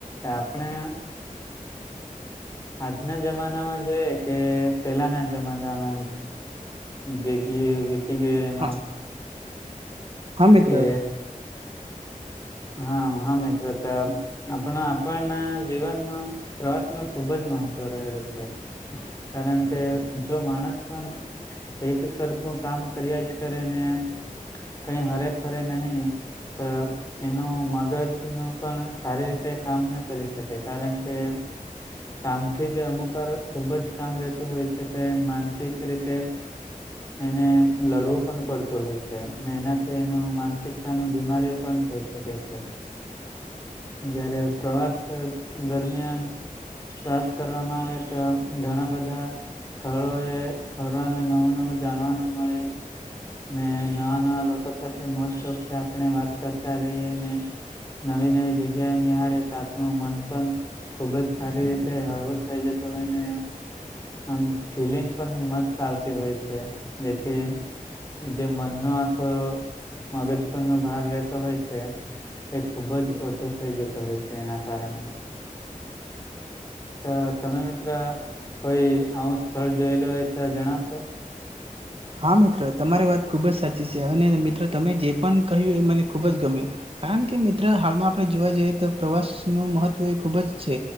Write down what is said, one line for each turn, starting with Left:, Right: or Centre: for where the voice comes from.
Left: આપણે. આજના જમાનામાં જોઈએ કે પેલાના જમાનામાં. જેગી વીતી ગ ઈ એમાં.
Right: હા હા મિત્ર.
Left: કે હા હા મિત્રો તો આપણા આપણે જીવનમાં પ્રવાસ નુ ખુબ જ મહત્વ રહેલું છે. કારણ કે જો માણસ પણ એક સરખું કામ કર્યા જ કરે ને. કઈ હરે ફરે નહી તો. એનું મગજ નુ પણ સારી રીતે કામ ના કરી શકે કારણ કે. કામથી જે અમુક વાર ખૂબ જ કામ રહેતું હોય છે તે માનસિક રીતે એને લડવું પણ પડતું હોય છે એનાથી એનું માનસિકતા નુ બીમારી પણ થઇ. જ્યારે પ્રવાસ દરમિયાન બસ કરવામાં આવે તો ઘણા બધા. સ્થળો એ ફરવાનું નવું નવું જાણવાનું મળે‌ ને નવા નવા લોકો સાથે મોજ શોક થી આપણે વાત કરતા રહીએ ને. નવી નવી જગ્યા નિહાળે તો આપણું મન પણ ખુબ જ સારી રીતે હળવો થઈ જતુ હોય ને. આમ ફીલિંગ પણ મસ્ત આવતી હોય છે જેથી જે મનનો આખો મગજ પરનો ભાર રતો હોય છે એ ખુબ જ ઓછો થઈ જતો હોય છે એના કારણે <unintelligible> તો તમે મિત્ર કોઈ આવું સ્થળ જોયેલ હોય તો જણાવશો.
Right: હા મિત્ર તમારી વાત ખુબ જ સાચી છે અને મિત્રો તમે જે પણ કહ્યું એ મને ખુબ જ ગમ્યું. કારણ કે મિત્ર હાલમાં આપણે જોવા જઈએ તો પ્રવાસ નુ મહત્વ એ ખૂબ જ છે.